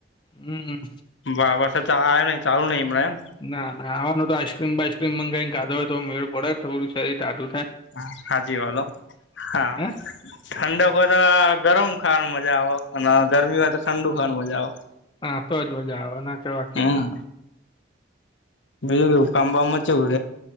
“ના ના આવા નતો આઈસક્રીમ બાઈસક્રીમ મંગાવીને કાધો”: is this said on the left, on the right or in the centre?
Left